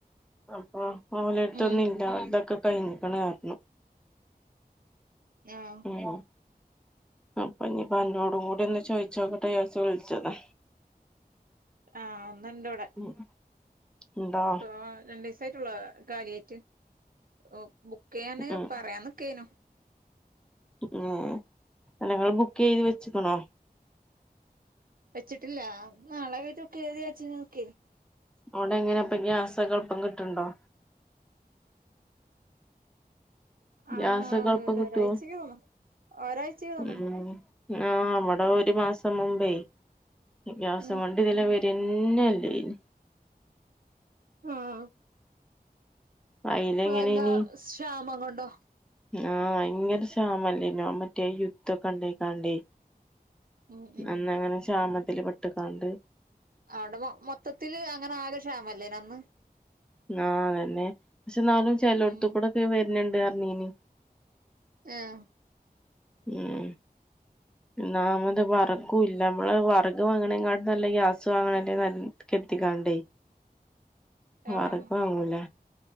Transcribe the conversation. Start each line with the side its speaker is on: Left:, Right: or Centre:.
Centre: അപ്പൊ, ഓലര് ത്തൊന്നുല്ല.
Right: ഉം
Centre: ഓൽതൊക്ക കഴിഞ്ക്ക്ണ്, ന്നറ്ഞ്ഞു.
Right: ഞാഹ്,
Centre: <unintelligible> അപ്പ, ഞ്പ്പോ, അന്നോടും കൂടി ഒന്ന് ചോയ്ച്ചോക്കെട്ടെ. യാര്ച്ച്, വ്ൾച്ചതാ!
Right: ആഹ്, ഒന്നുണ്ട്. വടെ?
Centre: <unintelligible>
Right: ആഹ്, രണ്ടീസായിട്ടുള്ളൂ, കാര്യായിറ്റ്, ഓ, ബുക്കയ്യാന്.
Centre: ഉം
Right: പറയാനിക്കയ്നു.
Centre: ഉം, എ, അല്ല, ങ്ങള്, ബുക്കെയ്ത് വെച്ച്ക്ണോ?
Right: വെച്ചിട്ടില്ല. നാളെ, കയ്ട്ട് ബൂക്കെയ്യാര്ച്ച് ങ്ങ, നിക്കേനി.
Centre: ഓടെ, ങ്ങനെപ്പ, ഗ്യാസൊക്കെ ൾ, പ്പം- കിട്ട്ണ്ടോ?
Right: ആഹ്
Centre: ഗ്യാസൊക്കെ, ൾ, പ്പം
Right: ഒരു
Centre: കിട്ടോ?
Right: ഒരാഴ്ചക്ക് തോന്ന്ണ് ഒരാഴ്ചക്ക് തോന്ന്ണ്
Centre: ഉം. ആഹ്, വടെ ഒരു, മാസം മുമ്പേ, ഗ്യാസും
Right: ഉം
Centre: വണ്ടി തിലെ വര് ന്നെല്ലെനി.
Right: ആഹ്
Centre: അയ്ലെങ്ങനയ്നി.
Right: അതെന്താ ക്ഷാമം കൊണ്ടോ?
Centre: ആഹ്, ഭയങ്കര ഷാമല്ലേനോ, ആഹ്, മറ്റേ- യുദ്ധൊക്കെ ണ്ടായിക്കാണ്ടേ?
Right: ഉം ഉം
Centre: അന്നങ്ങനെ, ക്ഷാമത്തില് പെട്ട്കാണ്ട്.
Right: അവ്ടെ, മൊ, മൊത്തത്തില്. അങ്ങനെ ആകെ, ഷാമല്ലേന. അന്ന്.
Centre: ആഹ്, അതന്നെ, ഷെ, ന്നാലും. ചെലോട്‌ത്ത്
Right: ഉം
Centre: ക്കൂടൊക്കെ, വര്ന്, ണ്ട്, അറ്ഞ്ഞീനി.
Right: ഏ, ഹ്.
Centre: ഉം, ഒന്നാമത് വറകൂല്ല. മ്മള്, വർക് വാങ്ങ്ണെ ങ്കട്ടിലും നല്ലെ. ഗ്യാസ്, വാങ്ങ്ണല്ലെ. നൽ, കര്തി- കാണ്ടെ? വറക്
Right: ആഹ്
Centre: വാങ്ങൂലെ,